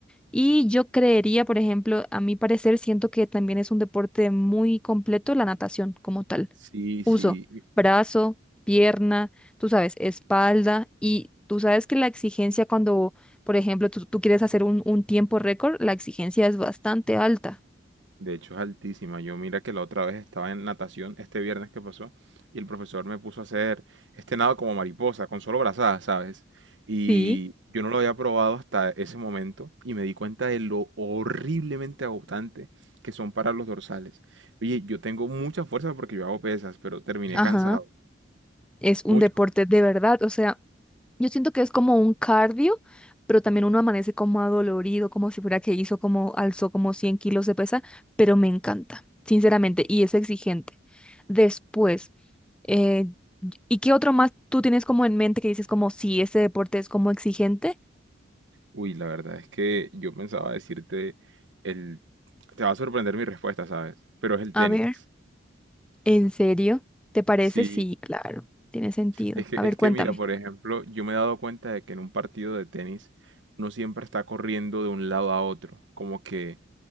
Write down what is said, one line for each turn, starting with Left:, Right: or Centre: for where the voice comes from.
Centre: Y yo creería, por ejemplo, a mi parecer, siento que también es un deporte muy completo la natación como tal
Right: Sí, sí.
Centre: uso brazo, pierna, tú sabes, espalda y tú sabes que la exigencia cuando, por ejemplo, tú, tú quieres hacer un, un tiempo récord, la exigencia es bastante alta.
Right: De hecho, es altísima. Yo mira que la otra vez estaba en natación, este viernes que pasó, y el profesor me puso a hacer este nado como mariposa, con solo brazadas, ¿sabes? Y
Centre: Sí.
Right: yo no lo había probado hasta ese momento y me di cuenta de lo horriblemente agotante que son para los dorsales. Oye, yo tengo mucha fuerza porque yo hago pesas, pero terminé
Centre: Ajá.
Right: cansado,
Centre: Es un
Right: mucho.
Centre: deporte de verdad, o sea, Yo siento que es como un cardio, pero también uno amanece como adolorido, como si fuera que hizo como, alzó como 100 kilos de pesa, pero me encanta, sinceramente, y es exigente. Después, eh, ¿y qué otro más tú tienes como en mente que dices como, sí, ese deporte es como exigente?
Right: Uy, la verdad es que yo pensaba decirte el... Te va a sorprender mi respuesta, ¿sabes? Pero es el
Centre: A
Right: tenis.
Centre: ver, ¿en serio? ¿Te parece?
Right: Sí,
Centre: Sí, claro, tiene sentido.
Right: Es que,
Centre: A ver,
Right: es
Centre: cuéntame.
Right: que mira, por ejemplo, yo me he dado cuenta de que en un partido de tenis uno siempre está corriendo de un lado a otro, como que